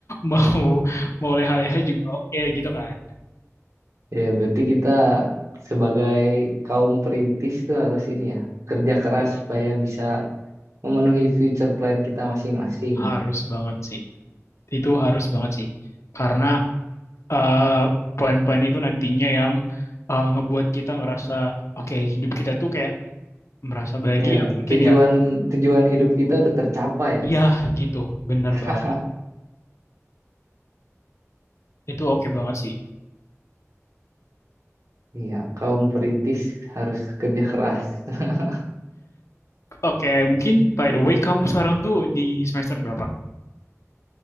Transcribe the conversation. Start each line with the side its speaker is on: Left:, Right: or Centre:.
Left: Mau mau leha-leha juga oke okay, gitu kan.
Right: ya berarti kita sebagai kaum perintis tuh harus ini ya kerja keras supaya bisa memenuhi future plan kita masing-masing.
Left: Harus banget sih. Itu harus banget sih. Karena eh, plan-plan itu nantinya yang eh, ngebuat kita ngerasa oke, hidup kita tuh kayak merasa bahagia
Right: Ya,
Left: mungkin
Right: tujuan
Left: ya.
Right: tujuan hidup kita udah tercapai ya.
Left: Iya, gitu. Bener
Right: <laughs>
Left: banget. Itu oke banget sih.
Right: Iya, kaum perintis harus kerja keras. <laughs>
Left: Oke, mungkin by the way kamu sekarang tuh di semester berapa?